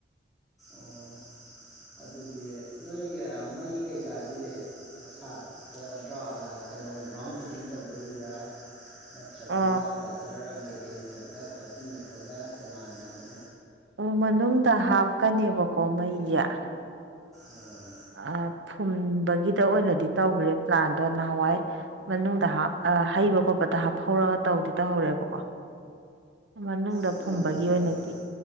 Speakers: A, in the centre; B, on the right (about 90°).
A: ꯑꯣ ꯑꯗꯨꯗꯤ ꯅꯣꯏ ꯃꯩ ꯀꯩꯀꯥꯗꯤ ꯁꯥꯠꯇ ꯀꯩꯅꯣ ꯒ꯭ꯔꯥꯎꯟ ꯐꯤꯠꯇꯤꯡ ꯇꯧꯗꯣꯔꯤꯕ꯭ꯔꯥ ꯅꯠꯇ꯭ꯔꯒꯅ
B: ꯑ
A: ꯄ꯭ꯂꯥꯁꯇꯔ ꯔꯪ ꯀꯩꯀꯩ ꯂꯣꯏꯔꯒ ꯄꯇꯤ ꯅꯛꯄꯒ ꯇꯣꯉꯥꯟꯅ ꯑꯃ
B: ꯑꯣ ꯃꯅꯨꯡꯗ ꯍꯥꯞꯀꯅꯦꯕꯀꯣ ꯃꯩꯁꯦ
A: ꯑꯣ
B: ꯑ ꯐꯨꯝꯕꯒꯤꯗ ꯑꯣꯏꯅꯗꯤ ꯇꯧꯈꯔꯦ ꯄ꯭ꯂꯥꯟꯗꯣ ꯅꯍꯥꯟꯋꯥꯏ ꯃꯅꯨꯡꯗ ꯍꯥꯞ ꯍꯩꯕ ꯈꯣꯠꯄꯗ ꯍꯥꯞꯍꯧꯔꯒ ꯇꯧꯗꯤ ꯇꯧꯍꯧꯔꯦꯕꯀꯣ ꯃꯅꯨꯡꯗ
A: ꯑꯗꯨꯅꯕꯨꯗꯤ
B: ꯐꯨꯝꯕꯒꯤ ꯑꯣꯏꯅꯗꯤ
A: ꯐꯩꯗ